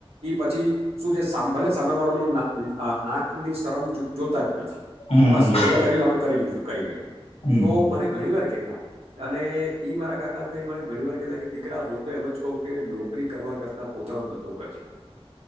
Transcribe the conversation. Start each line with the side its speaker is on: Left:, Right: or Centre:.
Right: એ પછી શું છે ભલે સામે વાળો નું ના અ આંખ ની શરમ જોતા જ નથી
Left: હમ
Right: બસ
Left: જોતા
Right: જે કર્યું
Left: જ
Right: અમે કરી લીધું કરીને
Left: હમ
Right: તો મને ઘણી વાર કેતા અને ઈ મારા કાકા હતા મને ઘણી વાર કતાા કે દીકરા હું તો એમ જ કઉ કે નોકરી કરવા કરતા પોતાનો ધંધો કરજે